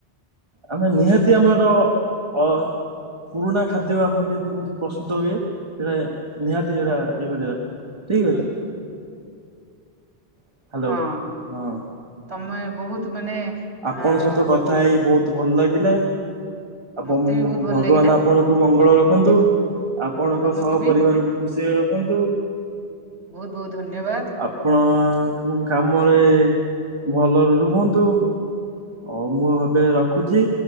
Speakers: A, on the right; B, on the right.
A: ଆମେ ନିହାତି ଆମର ଅ ପୁରୁଣା
B: ହୁଁ
A: ଖାଦ୍ୟ ଆମରେ କେମିତି ପ୍ରସ୍ତୁତ ହୁଏ ସେଟା ନିହାତି ସେଟା ଇଏ କରିବା ଦରକାର ଠିକ ଅଛି। ହ୍ୟାଲୋ
B: ହଁ
A: ହଁ
B: ତମେ ବହୁତ ମାନେ
A: ଆପଣଙ୍କ
B: ଆ
A: ସହିତ କଥା
B: ଓ
A: ହେଇ ବହୁତ ଭଲ ଲାଗିଲା ଆ
B: ମତେ
A: ଭଗବାନ
B: ବି ବହୁତ ଭଲ ଲାଗିଲା
A: ଆପ୍ ଆପଣଙ୍କୁ ମଙ୍ଗଳ ରଖନ୍ତୁ, ଆପଣଙ୍କ
B: ତମକୁ
A: ସହ
B: ବି
A: ପରିବାରକୁ ଖୁସିରେ ରଖନ୍ତୁ।
B: ବହୁତ ବହୁତ ଧନ୍ୟବାଦ।
A: ଆପଣ କାମରେ ଭଲରେ ରୁହନ୍ତୁ। ହଉ ମୁଁ ଏବେ ରଖୁଛି